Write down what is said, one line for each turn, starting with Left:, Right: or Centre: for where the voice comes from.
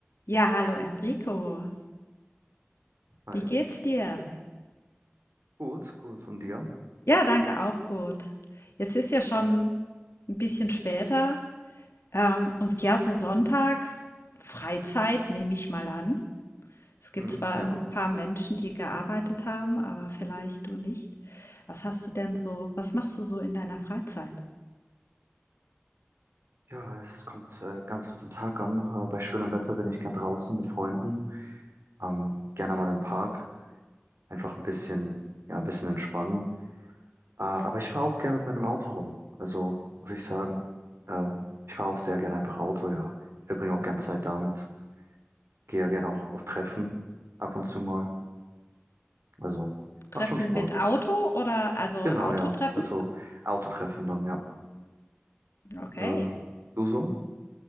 Left: Ja, hallo Enrico.
Right: Hi.
Left: Wie geht's dir?
Right: Gut, gut. Und dir?
Left: Ja, danke auch gut. Jetzt ist ja schon ein bisschen später. Ähm, und ja, so Sonntag, Freizeit nehme ich mal an. Es gibt
Right: Hm,
Left: zwar
Right: ja.
Left: ein paar Menschen, die gearbeitet haben, aber vielleicht du nicht. Was hast du denn so, was machst du so in deiner Freizeit?
Right: Ja, es kommt äh, ganz auf den Tag an. Äh, bei schönem Wetter bin ich gern draußen mit Freunden. Ähm, gerne mal im Park. Einfach ein bisschen, ja, ein bisschen entspannen. Äh, aber ich fahre auch gerne mit meinem Auto rum. Also muss ich sagen, ähm, ich fahre auch sehr gerne einfach Auto, ja. Verbringe auch gern Zeit damit. Gehe ja gerne auch auf Treffen ab und zu mal. Also
Left: Treffen
Right: macht schon Spaß.
Left: mit Auto oder also
Right: Genau,
Left: Autotreffen?
Right: ja. Also Autotreffen dann, ja.
Left: Okay.
Right: Äh, du so?